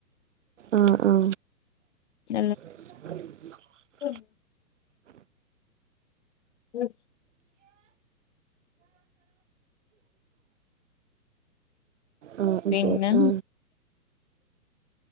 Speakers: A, on the right (about 55°); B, on the left (about 50°).
A: ആ ആ
B: ഉ
A: ഉ
B: ഉം ഉം
A: ആ അതെ
B: പിന്നെ
A: ആ